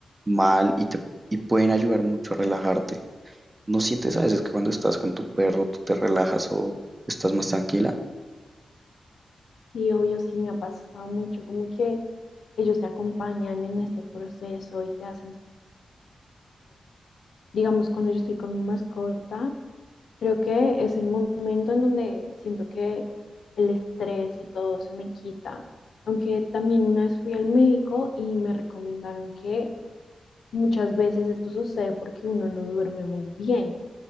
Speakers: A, on the right; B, on the left.
A: mal y te y pueden ayudar mucho a relajarte. ¿No sientes a veces que cuando estás con tu perro tú te relajas o estás más tranquila?
B: Y obvio, sí me ha pasado mucho, como que ellos te acompañan en este proceso y te hacen, digamos, cuando yo estoy con mi mascota, creo que es el momento en donde siento que el estrés y todo se me quita. Aunque también una vez fui al médico y me recomendaron que muchas veces esto sucede porque uno no duerme muy bien,